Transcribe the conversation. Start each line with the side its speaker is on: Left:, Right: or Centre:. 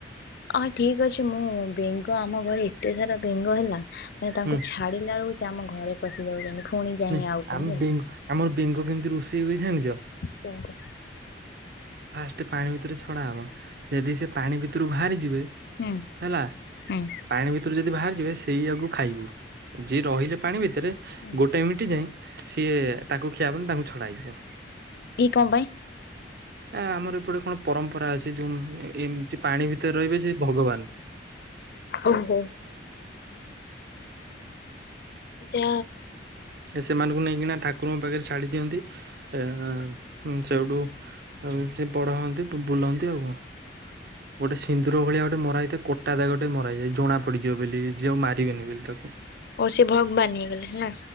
Left: ଅ ଠିକ ଅଛି ମୁଁ ବେଙ୍ଗ ଆମ ଘରେ ଏତେ ସାରା ବେଙ୍ଗ ହେଲା ଆମେ ତାଙ୍କୁ
Right: ହୁଁ
Left: ଛାଡି ନେବାକୁ ସେମାନେ ଘରେ ପଶି ଯାଉଛନ୍ତି। ପୁଣି ଯାଇ
Right: ନାଇଁ
Left: ଆଉଛନ୍ତି
Right: ଆମେ
Left: ହେଲା।
Right: ବେଙ୍ଗ ଆମର ବେଙ୍ଗ କେମିତି ରୋଷେଇ ହୁଏ ଜାଣିଚ?
Left: କେମିତି
Right: ପାଣି ଭିତରେ ଛଡା ହବ ଯଦି ସେ ପାଣି ଭିତରୁ ବାହାରି ଯିବେ
Left: ହୁଁ
Right: ହେଲା
Left: ହୁଁ
Right: ପାଣି ଭିତୁରୁ ଯଦି ବାହାରି ଯିବେ ସେଇଆକୁ ଖାଇବୁ ଯିଏ ରହିଲେ ପାଣି ବି ତରେ
Left: ହୁଁ
Right: ଗୋଟେ ମିଣ୍ଟି ଯାଇଁ ସିଏ ତାଙ୍କୁ ଖିଆ ହବନି ତାଙ୍କୁ ଛଡା ହେଇଯିବ।
Left: କି କଁ ପାଇଁ?
Right: ଆ ଆମର ଏପଟେ କଣ ପରମ୍ପରା ଅଛି। ଉଁ ଏମିତି ଯିଏ ପାଣି ଭିତରେ ରହିବେ ସେ ଭଗବାନ।
Left: ଓହୋ ତ।
Right: ସେମାନଙ୍କୁ ନେଇକିନା ଠାକୁରଙ୍କ ପାଖରେ ଛାଡି ଦିଅନ୍ତି ତ ହୁଁ ସେଇଠୁ ଉଁ ସେ ବଡ ହୁଅନ୍ତି ବୁଲନ୍ତି ଆଉ କଣ। ଗୋଟେ ସିନ୍ଦୁର ଭଳିଆ ଗୋଟେ ମରା ହେଇତାଏ କ ଟା ଦାଗଟେ ମରା ହେଇଯାଏ ଜଣା ପଡିଯିବ ବୋଲି ଯେ ଆଉ ମାରିବେନି ବୋଲି ତତେ।
Left: ଓ ସେ ଭଗବାନ୍ ହେଇଗଲେ ନା।